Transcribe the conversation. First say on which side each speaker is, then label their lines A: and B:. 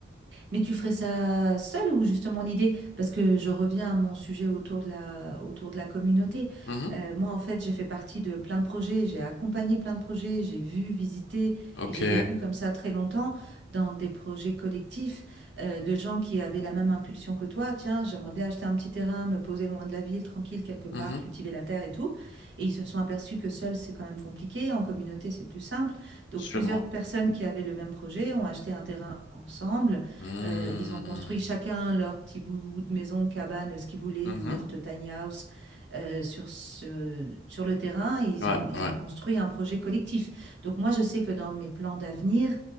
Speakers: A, on the right; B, on the left.
A: Mais tu ferais ça seul ou justement l'idée, parce que je reviens à mon sujet autour de la, autour de la communauté.
B: Mhm.
A: Euh, moi, en fait, j'ai fait partie de plein de projets, j'ai accompagné plein de projets, j'ai vu, visité
B: Ok.
A: et j'ai vécu comme ça très longtemps dans des projets collectifs euh, de gens qui avaient la même impulsion que toi. Tiens, j'aimerais bien acheter un petit terrain, me poser loin de la ville, tranquille quelque part,
B: Mhm.
A: cultiver la terre et tout. Et ils se sont aperçus que seul, c'est quand même compliqué. En communauté, c'est plus simple. Donc,
B: Sûrement.
A: plusieurs personnes qui avaient le même projet ont acheté un terrain ensemble
B: Mhm.
A: euh, ils ont construit chacun leur petit bout de maison, cabane, ce qu'ils voulaient,
B: Mhm.
A: yourte, tiny house, euh, sur ce- sur le terrain. et ils
B: Ouais,
A: ont, ils
B: ouais.
A: ont construit un projet collectif. Donc moi, je sais que dans mes plans d'avenir,